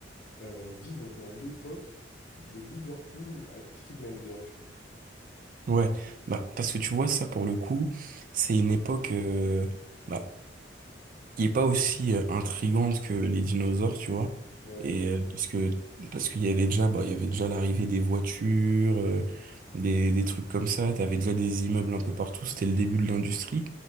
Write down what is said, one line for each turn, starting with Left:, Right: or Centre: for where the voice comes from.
Left: euh, vivre dans l'époque de Liverpool à Peaky Blinder, tu vois.
Right: Ouais, bah, parce que tu vois, ça, pour le coup, c'est une époque. euh, bah, qui est pas aussi euh, intrigante que les dinosaures, tu vois.
Left: Ouais.
Right: Et euh, parce que parce qu'il y avait déjà bah il y avait déjà l'arrivée des voitures, euh, des des trucs comme ça, t'avais déjà des immeubles un peu partout, c'était le début de l'industrie.